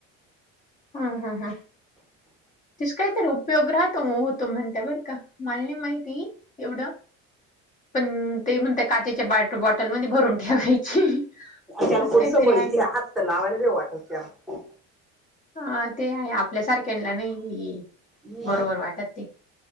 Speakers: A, on the left (about 25°); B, in the centre.
A: हं, हं, हम्म. तस काहीतरी उपयोग राहतो होतो म्हणते बरं का. मला नाही माहिती एवढं. पण ते म्हणतात काचेच्या बाट बॉटलमध्ये भरून ठेवायची.
B: त्याला
A: असं
B: कोण
A: काहीतरी
B: संबळित्या
A: आहे.
B: हात तर लावायला नाही वाटत त्याला.
A: हा ते आहे आपल्या सारख्यांला नाही
B: हं.
A: बरोबर वाटत ते.